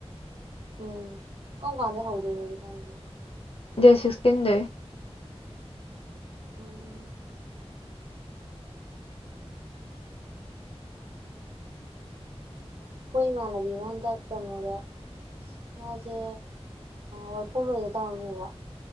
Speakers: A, on the right (about 60°); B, on the left (about 60°).
A: ꯎꯝ ꯀ ꯀꯥꯟꯗ ꯍꯧꯥꯎꯗꯦꯒꯤ ꯐꯗ
B: ꯗꯦ ꯁꯤꯛꯁꯇꯤꯟ ꯗꯦ
A: ꯎꯝ ꯑꯩꯈꯣꯏ ꯏꯃꯥꯟꯅꯕꯤ ꯑꯃ ꯍꯟꯗꯛ ꯀꯩꯅꯣꯗ ꯃꯥꯁꯦ ꯋꯥꯏꯈꯣꯉꯩꯗ ꯇꯧꯔꯝꯃꯦꯕ